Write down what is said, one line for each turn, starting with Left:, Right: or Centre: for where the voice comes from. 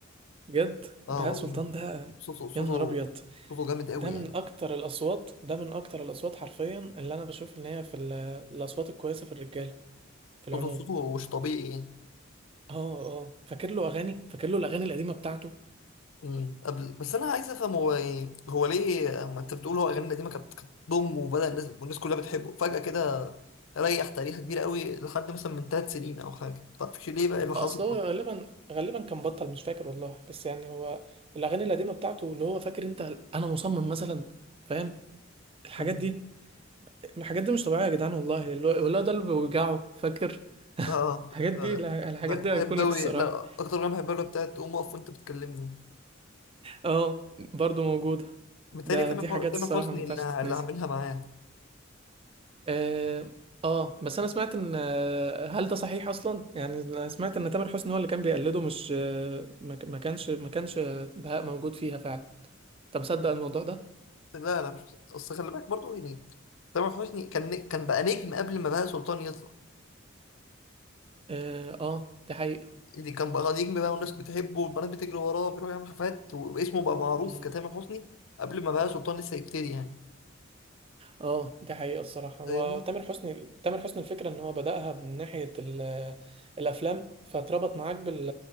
Right: جد
Left: اه
Right: بهاء
Left: والله
Right: سلطان ده
Left: صوته
Right: يا
Left: صوته
Right: نهار ابيض
Left: صوته جامد قوي
Right: ده من
Left: يعني
Right: اكتر الاصوات ده من اكتر الاصوات حرفيا اللي انا بشوف ان هي في ال- الاصوات الكويسة في الرجالة في العموم
Left: صوته صوته مش طبيعي يعني
Right: اه اه فاكر له اغاني فاكر له الاغاني القديمه بتاعته
Left: امم قبل بس انا عايز افهم هو يعني هو ليه ما انت بتقول هو اغاني القديمه كانت كانت بوم وبدا الناس والناس كلها بتحبه فجاه كده ريح تاريخ كبيره قوي لحد مثلا من ثلاث سنين او حاجه ما تعرفش ليه بقى إيه اللي حاصل
Right: اه اصل هو غالبا غالبا كان بطل مش فاكر والله بس يعني هو الاغاني القديمه بتاعته اللي هو فاكر انت انا مصمم مثلا فاهم الحاجات
Left: أمم.
Right: دي الحاجات دي مش طبيعيه يا جدعان والله اللي هو اللي هو ده اللي بيوجعه فاكر
Left: اه
Right: الحاجات دي
Left: آه،
Right: لا، الحاجات
Left: ب-
Right: دي
Left: بحب
Right: ايكونيك
Left: قوي
Right: الصراحه
Left: لا اكتر اغنيه بحبها اللي بتاعت قوم اقف وانت بتكلمني
Right: اه برضو موجوده
Left: متهيألي
Right: ده
Left: تامر
Right: دي
Left: حو-
Right: حاجات
Left: تامر
Right: الصراحه
Left: حسني
Right: ما ينفعش
Left: اللي
Right: تتنسي
Left: اللي عاملها معاه
Right: اه آه، بس انا سمعت ان آه، هل ده صحيح اصلا يعني أنا سمعت ان تامر حسني هو اللي كان بيقلده مش آه، ما ما كانش ما كانش بهاء موجود فيها فعلا انت مصدق الموضوع ده
Left: لا لا مش اصل خلي بالك برضه يعني تامر حسني كان كان بقى نجم قبل ما بهاء سلطان يطلع
Right: اه آه، دي حقيقة
Left: اللي كان بقى نجم بقى والناس بتحبه والبنات بتجري وراه بيروح يعمل حفلات واسمه بقى معروف
Right: مم.
Left: كتامر حسني قبل ما بقى سلطان لسه يبتدي يعني
Right: اه دي حقيقة الصراحة هو
Left: فاهمني؟
Right: تامر حسني تامر حسني الفكرة ان هو بدأها من ناحية ال- الافلام فاتربط معاك بال...